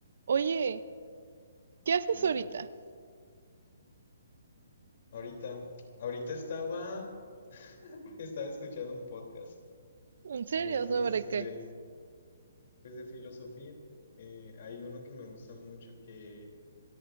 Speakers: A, on the right; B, on the left.
A: Oye, ¿qué haces
B: Dime.
A: ahorita?
B: Ahorita, ahorita estaba, <laughs> estaba escuchando un podcast
A: ¿En serio?
B: de esos
A: ¿Sobre
B: de,
A: qué?
B: pues de filosofía. Eh, hay uno que me gusta mucho que,